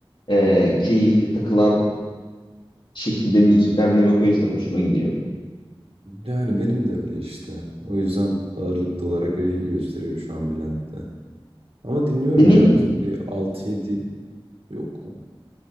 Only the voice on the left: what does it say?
e, keyifli takılan şekilde müzikler dinlemek o yüzden hoşuma gidiyor.
Benim